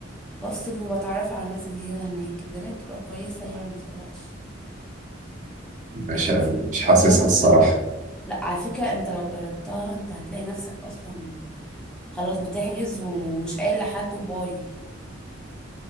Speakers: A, in the centre; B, on the right.
A: بفصل وبتعرف على ناس جديدة هناك الدنيا بتبقى كويسة يعني متقلقش
B: مش
A: لكن فكرة
B: مش
A: بقى
B: حاسسها
A: ان انا ابقى
B: الصراحة
A: لا على فكرة انت لو جربتها انت هتلاقي نفسك اصلا خلاص بتحجز وم- ومش قايل لحد وباي